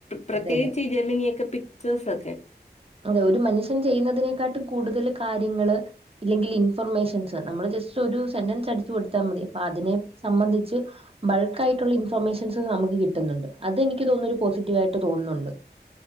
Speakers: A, on the left; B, on the right.
A: പ്രത്യേകിച്ച്
B: അതെ അതെ.
A: ഈ ജമിനിയൊക്കെ പിചേഴ്‌സ് ഒക്കെ
B: അതെ ഒരു മനുഷ്യൻ ചെയ്യുന്നതിനേക്കാട്ടി കൂടുതൽ കാര്യങ്ങള് ഇല്ലെങ്കിൽ ഇൻഫർമേഷൻസ് നമ്മള് ജസ്റ്റ് ഒരു സെന്റൻസ് അടിച്ചു കൊടുത്താൽ മതി അപ്പൊ അതിനെ സംബന്ധിച്ച് ബൾക്ക് ആയിട്ടുള്ള ഇൻഫർമേഷൻസ് നമുക്ക് കിട്ടുന്നുണ്ട് അത്‌ എനിക്ക് തോന്നുന്ന് ഒരു പോസിറ്റീവ് ആയിട്ട് തോന്നുന്നുണ്ട്